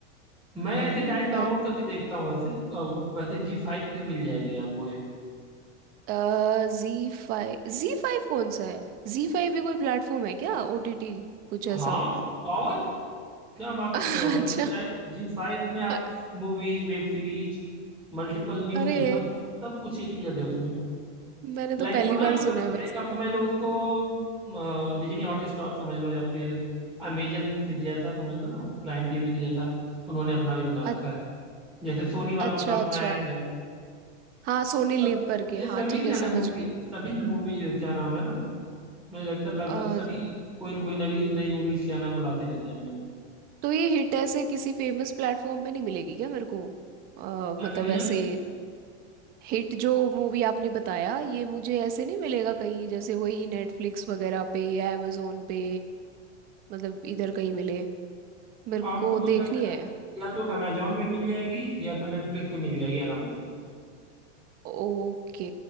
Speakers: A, in the centre; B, on the right.
A: मैं ऐसे डायरेक्ट डाउनलोड
B: आप
A: करके देखता हूँ वैसे अ, वैसे जी फाइव पे मिल जाएगी आपको ये
B: जी फाइव जी फाइव कौन सा है जी फाइव भी कोई प्लेटफॉर्म है क्या ओटीटी कुछ ऐसा
A: हाँ और क्या बात
B: <laughs>
A: कर रहे हो आप
B: अच्छा
A: जी जी फाइव में आप
B: अ-
A: movies web series multiple news
B: अरे
A: हर सब कुछ ए टू जेड है उसमें
B: मैंने
A: लाइक
B: तो पहली
A: को ना
B: बार
A: मतलब
B: सुना है
A: लाइक
B: वैसे
A: आप समझ लो उसको अ, डिज्नी हॉटस्टार समझ लो या फिर अमेजन के जैसा समझ लो ना प्राइम टीवी के जैसा उन्होंने अपना भी बना रखा
B: अ-
A: है जैसे सोनी वालों
B: अच्छा
A: का अपना
B: अच्छा
A: ऐप है
B: हाँ सोनी लिव
A: सब
B: करके
A: ये सभी
B: हाँ ठीक
A: क्या
B: है
A: नाम
B: समझ
A: मूवी
B: गई
A: सभी भी मूवी क्या नाम है ना मुझे लगता है लगभग
B: अ,
A: सभी कोई न कोई नवी नई मूवीज क्या नाम बुलाते रहते हैं अपने
B: तो ये हिट ऐसे किसी फेमस प्लेटफॉर्म पे नहीं मिलेगी क्या मेरे को अ,
A: क्या
B: मतलब
A: करिए
B: ऐसे हिट जो मूवी आपने बताया ये मुझे ऐसे नहीं मिलेगा कहीं जैसे वही नेटफ्लिक्स वगैरह पे या amazon पे मतलब इधर कहीं मिले मेरे
A: आपको
B: को
A: मुझे
B: देखनी
A: लगता
B: है
A: है या तो अमेजोन पे मिल जाएगी या तो नेटफ्लिक्स पे मिल जाएगी आराम से
B: ओके